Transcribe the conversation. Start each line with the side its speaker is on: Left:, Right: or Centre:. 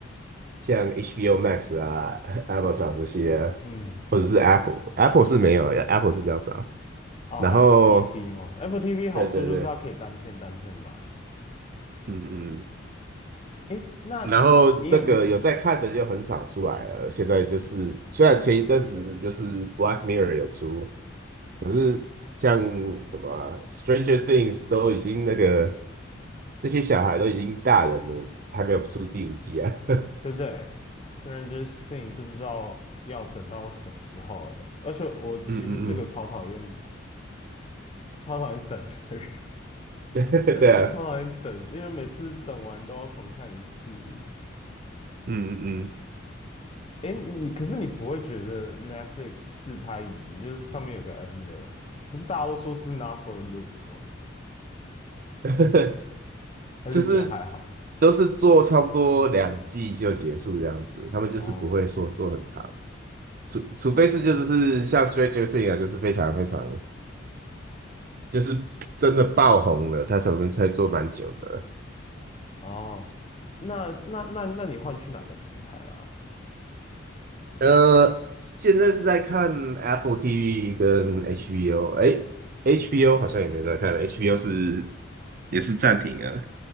Right: 像 HBO Max 啊、Amazon 这些，
Left: 嗯，
Right: 或者是 Apple，Apple 是没有，Apple 是比较少。
Left: 哦，Apple
Right: 然后，
Left: TV 吗？Apple TV 好处就是它可以单片单片买啊。
Right: 对对对，嗯嗯，
Left: 诶，那你你有你
Right: 然后那个有在看的就很少出来了。现在就是，虽然前一阵子就是《Black Mirror》有出，可是像什么啊 Stranger Things》都已经那个那些小孩都已经大人了，还没有出第五季啊。<laughs>
Left: 真的诶，虽然就是 Thing 不知道要等到什么时候诶，而且我其实是个超讨厌
Right: 嗯嗯
Left: 超讨厌等的人。
Right: 嗯，<laughs> 对啊。
Left: 我超讨厌等，因为每次等完都要重看一次。
Right: 嗯嗯
Left: 哎，你可是你不会觉得 Netflix 自拍影集就是上面有个 N 的，不是大家都说是 Not for Look 吗？
Right: 嗯，<laughs>
Left: 还是你觉得还好？
Right: 就是都是做差不多两季就结束这样子，他们就是不会说做很长，
Left: 哦
Right: 除除非是就是是像 Stranger Things 啊，就是非常非常就是真的爆红了，他才能才做蛮久的。
Left: 哦，那那那那你换去哪个平台啊
Right: 呃，现在是在看 Apple TV 跟 HBO，哎，HBO 好像也没在看，HBO 是也是暂停啊。